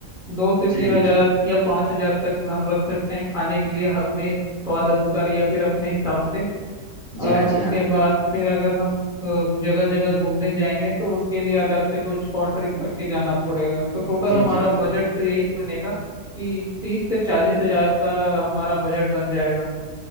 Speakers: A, in the centre; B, on the left.
A: दो से तीन
B: जी
A: हजार
B: जी
A: या पाँच हजार तक हम रख सकते हैं खाने के लिए अपने स्वाद अनुसार या फिर अपने हिसाब से
B: जी
A: और
B: हाँ जी
A: उसके
B: हाँ
A: बाद फिर अगर हम जगह जगह घूमने जाएंगे तो उसके लिए अलग से कुछ कॉन्ट्री करके जाना पड़ेगा तो टोटल
B: जी
A: हमारा
B: जी जी
A: बजट तो यही बनेगा कि तीस से चालीस हजार का हमारा बजट बन जाएगा